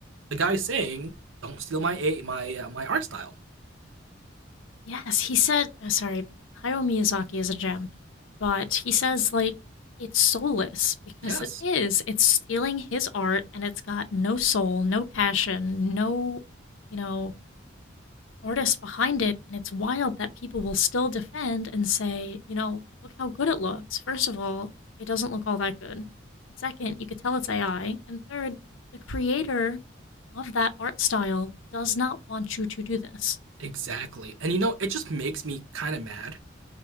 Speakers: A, on the right (about 80°); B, on the left (about 80°).
A: the guy saying, "Don't steal my a my uh, my art style."
B: Yes. He said, oh, sorry, Hayao Miyazaki is a gem, but he says, like, it's soulless because
A: Yes,
B: it is. It's stealing his art and it's got no soul, no passion, no, you know, artist behind it, and it's wild that people will still defend and say, you know, look how good it looks. First of all, it doesn't look all that good. Second, you could tell it's AI. And third, the creator of that art style does not want you to do this.
A: exactly. And you know, it just makes me kind of mad.